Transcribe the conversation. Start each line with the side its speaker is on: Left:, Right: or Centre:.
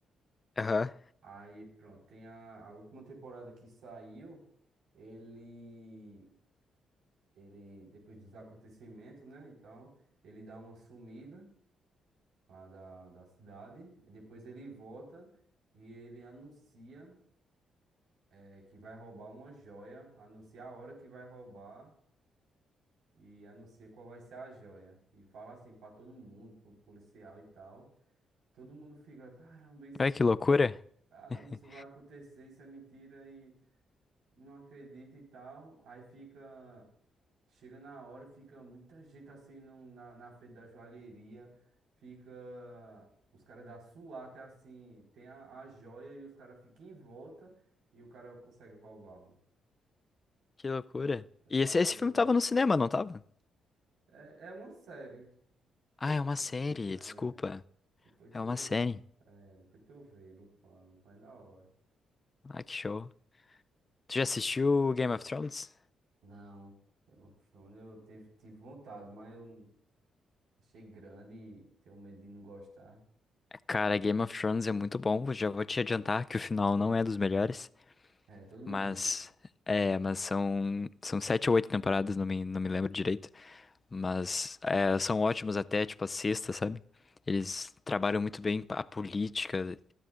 Left: Aham.
Right: Aí pronto, tem a, a última temporada que saiu. Ele, ele, depois dos acontecimentos, né, e tal, ele dá uma sumida lá da, da cidade. E depois ele volta e ele anuncia. É que vai roubar uma joia, anuncia a hora que vai roubar e anuncia qual vai ser a joia. E fala assim pra todo mundo, pro policial e tal. Todo mundo fica, caramba, isso,
Left: Ué, que loucura.
Right: caramba,
Left: <laughs>
Right: isso vai acontecer, isso é mentira e não acredita e tal. Aí fica, chega na hora, fica muita gente assim no- na, na frente da joalheria, fica os caras da SWAT assim, tem a, a joia e os caras ficam em volta e o cara consegue roubá-la.
Left: Que loucura.
Right: É da
Left: E esse,
Right: hora
Left: esse
Right: demais.
Left: filme tava no cinema, não tava?
Right: É, é uma série,
Left: Ah, é uma
Right: Lupin,
Left: série,
Right: é.
Left: desculpa.
Right: Depois
Left: É
Right: tu,
Left: uma série.
Right: é, depois tu vê, Lupin, Lupin é da hora.
Left: Ah, que show. Tu já assistiu Game of Thrones?
Right: Não, Game of Thrones eu teve, tive vontade, mas eu n- achei grande e tenho medo de não gostar.
Left: Cara, Game of Thrones é muito bom. Eu Já vou te adiantar que o final não é dos melhores,
Right: É, todo mundo
Left: mas
Right: diz isso.
Left: é, mas são são sete ou oito temporadas, não me, não me lembro direito, mas é, são ótimos até tipo a sexta, sabe? Eles trabalham muito bem a política.